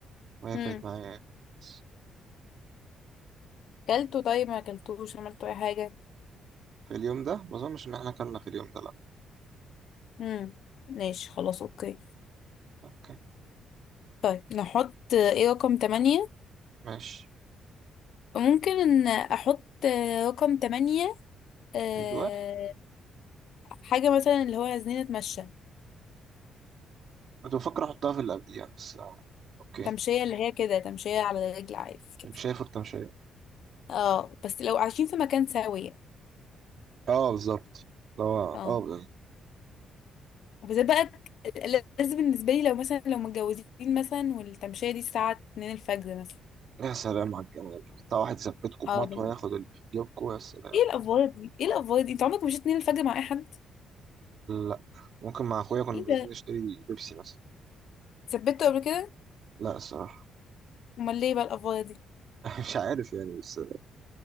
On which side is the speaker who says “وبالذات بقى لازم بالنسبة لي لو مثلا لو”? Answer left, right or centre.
Left